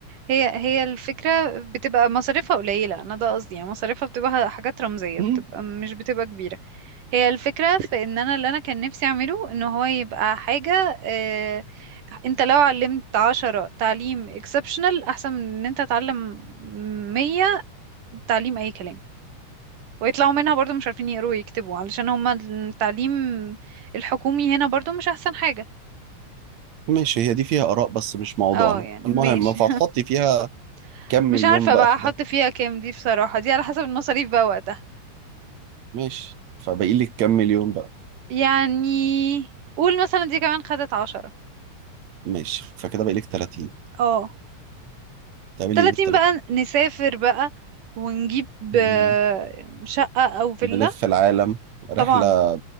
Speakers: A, on the right (about 80°); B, on the right (about 60°).
A: هي هي الفكرة بتبقى مصاريفها قليلة أنا ده قصدي يعني مصاريفها بتبقى حاجات رمزية
B: مم،
A: بتبقى مش بتبقى كبيرة هي الفكرة في إن أنا اللي أنا كان نفسي أعمله إن هو يبقى حاجة آه، أنت لو علمت عشرة تعليم اكسبشنال أحسن من إن أنت تعلم مية تعليم أي كلام ويطلعوا منها برضو مش عارفين يقروا ويكتبوا علشان هما التعليم الحكومي هنا برضو مش أحسن حاجة
B: ماشي هي دي فيها آراء بس مش موضوعنا
A: اه يعني
B: المهم
A: ماشي
B: فهتحطي فيها
A: <laughs>
B: كام مليون
A: مش عارفة
B: بقى
A: بقى
B: في
A: احط
B: ده
A: فيها كام دي بصراحة دي على حسب المصاريف بقى وقتها
B: ماشي فباقي لك كام مليون بقى
A: يعني قول مثلا دي كمان خدت عشرة
B: ماشي فكده باقي لك 30
A: اه
B: تعملي
A: تلاتين
B: ايه بال
A: بقى نسافر بقى ونجيب
B: 30
A: آه، شقة أو فيلا
B: بنلف العالم رحلة
A: طبعا